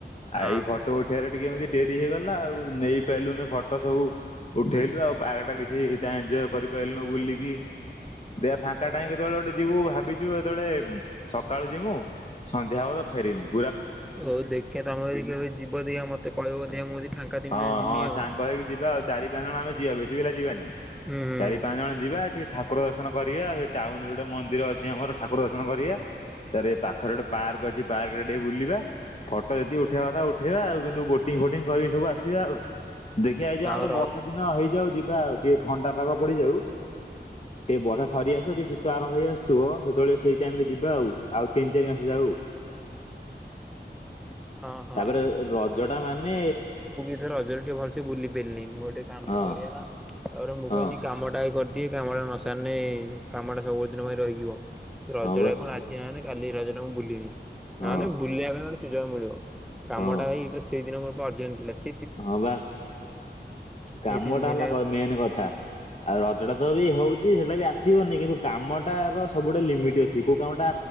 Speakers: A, in the centre; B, on the left.
A: ହଁ
B: ଆଉ ଏଇ
A: ହଁ।
B: ଫଟୋ ଉଠେବାରେ ଟିକେ ଏମିତି ଡେରି ହେଇଗଲା ଆଉ ନେଇପାରିଲୁନି ଫଟୋ ସବୁ ଉଠେଇଲୁ ଆଉ ପାର୍କ ଟା କିଛି ତା ଏଞଜୟ କରିପାରିଲୁନୁ ବୁଲିକି ଦେ ଫାଙ୍କା ଟାଇ କେତେବେଳେ ଗୋଟେ ଯିବୁ ଭାବିଛୁ ଯେତେବେଳେ ସକାଳୁ ଜୀମୁ ସନ୍ଧ୍ୟା ବେଳେ ଫେରିିବୁ।
A: ହଉ ଦେଖିବା ତମେ ଯଦି କେବେ ଯିବ ଦେଖିଆ ମତେ କହିବ ଦେଖିଆ ମୁଁ ଯଦି ଫାଙ୍କା ଥିମି
B: ହଁ
A: ତାହେଲେ ଯିମି
B: ହଁ
A: ଆଉ।
B: ସାଙ୍ଗ ହେଇକି ଯିବା ଆଉ, ଚାରି ପାଞ୍ଚ ଜଣ ଆମେ ଯିବା ବେଶୀ ପିଲା ଯିବାନି।
A: ହୁଁ ହୁଁ
B: ଚାରି ପାଞ୍ଚ ଜଣ ଯିବା ଟିକେ, ଠାକୁର ଦର୍ଶନ କରିବା ସେ ଟାଉନ ରେ ଗୋଟେ ମନ୍ଦିର ଅଛି ଆମର ଠାକୁର ଦର୍ଶନ କରିବା ତାରେ ପାଖରେ ଗୋଟେ ପାର୍କ ଅଛି ପାର୍କ ରେ ଟିକେ ବୁଲିବା ଫଟୋ ଯଦକି ଉଠେଇବା କଥା ଉଠେଇବା ଆଉ କିନ୍ତୁ ବୋଟିଂ ଫୋଟିଂ କରିବି ସବୁ ଆସ ଜିଆ ଆଉ ଦେଖିଆ ଏଇଯଉ ଆମର
A: ଆଉ ର
B: ବର୍ଷା ଦିନ ହେଇଯାଉଛି। ଯିବା ଆଉ ଟିକେ ଥଣ୍ଡା ପାଗ ପଡିଯାଉ ଟିକେ ବର୍ଷା ସରି ଆସ ଟିକେ ଶୀତ ଆରମ୍ଭ ହେଇ ଆସୁଥିବ ସେତେବେଳେ ସେଇ ଟାଇମରେ ଯିବା ଆଉ ଆଉ ତିନି ଚାରି ମାସ ଯାଉ।
A: ହଁ ହଁ।
B: ତାପରେ ରଜ ଟା ମାନେ
A: ସେ ରଜ ଟିକେ ଭଲେ ବୁଲି ପାରିଲିନି <unintelligible> କାମ
B: ହଁ
A: ପଡିଗଲା ତାପରେ ମୁଁ
B: ହଁ
A: କହିଲି କାମ ଟା ଆଗେ କରିି ଯିଏ କାମ ଟା ନ ସାରିନେ କାମ ଟା ସବୁ ଦିନ ପାଇଁ ରହିଯିବ। ରଜ
B: ହଁ ବା
A: ରେ କଣ ଆଜି <unintelligible> କାଲି ରଜରେ ମୁଁ ବୁଲିବି।
B: ହଁ
A: ନହନେ ବୁଲିବାର ଗୋଟେ ସ ସିଏ ମିଳିବ କାମ
B: ହଁ
A: ଟା ହେଇ ପୁରା ସି ସେଇ ଦିନ ମୋର ତ ଅର୍ଜେଣ୍ଟ ଥିଲା ସି
B: ହଁ ବା କାମଟା
A: ଏଇ ତିନି ଦିନ
B: ହେଲା କ-ମେନ୍ କଥା, ଆଉ ରଜଟା ତ ବି ହଉଚି ସେଟା ବି ଆସିବନି କିନ୍ତୁ କାମଟା ର ସବୁଟା ଲିମିଟି ଅଛି, କୋଉ କାମଟା